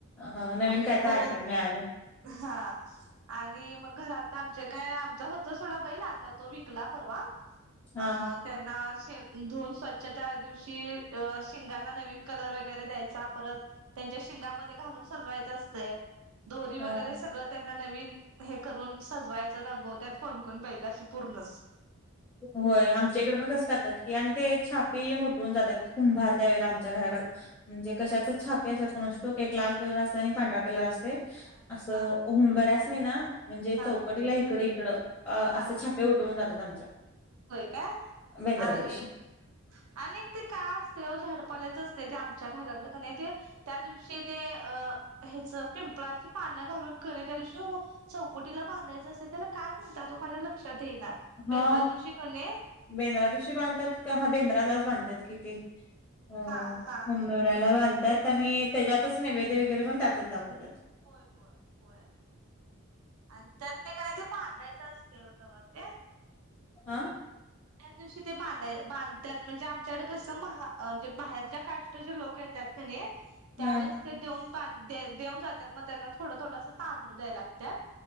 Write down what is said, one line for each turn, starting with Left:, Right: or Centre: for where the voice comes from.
Left: ह नवीन
Right: आणि
Left: काय तर
Right: परत
Left: ऐकायला मिळाल.
Right: हा. आणि मग घरात आमचे काय आमच होत सोडा बैल आता तो विकला परवा.
Left: हा
Right: अ. त्यांना शेण धुऊून स्वच्छ त्या दिवशी अ शिंगांणा नवीन कलर वगैरे द्यायचा परत त्यांच्या शिंगामध्ये घालून सजवायचं असतंय. दोरी
Left: हा
Right: वगैरे सगळं त्यांना नवीन हे करून सजवायच. रंगवत्यात कोण कोण बैल अशी पूर्णच
Left: होय. आमच्या इकडे पण तसं करत्यात की आणि ते छापे येऊन उठवून जातात कुंभार त्यावेळेला आमच्या घराकडं. म्हणजे कशाच छापे असत्यात. कोणसटो एक लाल कलर असते आणि पांढरा कलर असते.
Right: हा
Left: अस
Right: हा
Left: हुंबर्यासनी
Right: हा
Left: ना म्हणजे
Right: हा
Left: चौकटीला इकडे इकड असं
Right: हा
Left: छाप उठवून जातात आमच्या.
Right: होय काय
Left: बेंद्रा
Right: आणि
Left: दिवशी
Right: आणिक ते काय असते व झाडपलेच असते ते आमच्या भागाकडे का नाही ते त्या दिवशी ते अ ह्याच पिंपळाची पानं घालून केली त्या दिवशी चौकटीला बांधायचं असेल त्याला काय म्हणतात तो माझ्या लक्षात येईना.
Left: हा
Right: बेंद्रा दिवशी कणी
Left: बेंद्रा दिवशी बांधतात का ह बेंद्रालाच बांधतात कि ते. ह
Right: हा हा.
Left: <inaudible> ला बांधतात आणि त्याच्यातच नेवेद्य वगैरे पण त्यातच दाखवतात.
Right: होय होय होय आणि त्यात का नाय ते बांधायचं असतेय व तेव्हा ते.
Left: अ
Right: त्या दिवशी ते बांधाय बांधतात म्हणजे आमच्याकडे कस म म्हणजे कसं बाहेर च्या काष्टचे जे लोक येतात. कने त्यावेळेस
Left: हा
Right: ते देऊन बांध देऊन जातात मग त्यांना थोडं थोडंस तांदूळ द्यायला लागत्यात.